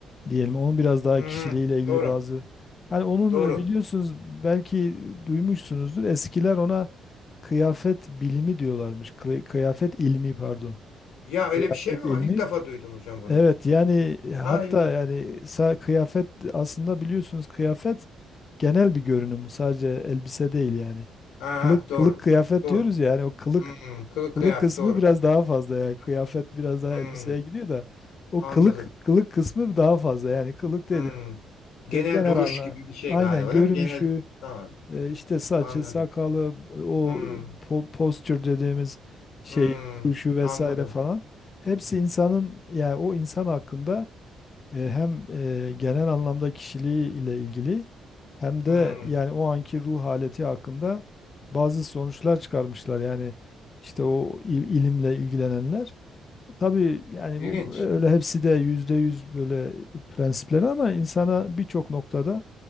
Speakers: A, on the left; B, on the left.
A: diyelim. Onun biraz daha
B: Hı-hı,
A: kişiliğiyle ilgili
B: doğru.
A: bazı hani onun
B: Doğru.
A: e, biliyorsunuz belki duymuşsunuzdur. Eskiler ona kıyafet bilimi diyorlarmış. Kıy- Kıyafet ilmi pardon.
B: Ya öyle
A: Kıyafet
B: bir şey mi
A: ilmi.
B: var? İlk defa duydum hocam bunu.
A: Evet yani e, hatta
B: Ha ilginç.
A: yani sa- kıyafet aslında biliyorsunuz kıyafet genel bir görünüm. Sadece elbise değil yani.
B: Aha,
A: Kılık
B: doğru.
A: kılık kıyafet
B: Doğru.
A: diyoruz ya yani o kılık
B: Hmm, kılık
A: Kılık
B: kıyafet
A: kısmı
B: doğru.
A: biraz daha fazla ya. Kıyafet biraz daha
B: Hmm,
A: elbiseye gidiyor da o
B: anladım.
A: kılık kılık kısmı daha fazla. Yani kılık dedi,
B: Hmm. Genel
A: de genel
B: duruş
A: anla
B: gibi bir şey
A: aynen
B: galiba
A: görünüşü
B: değil mi? Genel tamam
A: e, işte saçı,
B: anladım.
A: sakalı, o
B: Hmm.
A: po- posture dediğimiz şey,
B: Hmm.
A: duruşu vesaire
B: Anladım.
A: falan. Hepsi insanın yani o insan hakkında e, hem e, genel anlamda kişiliği ile ilgili hem
B: Hmm.
A: de yani o anki ruh haleti hakkında bazı sonuçlar çıkarmışlar. Yani işte o il- ilimle ilgilenenler. Tabii yani
B: İlginç.
A: bu öyle hepsi de yüzde yüz böyle prensipleri ama insana birçok noktada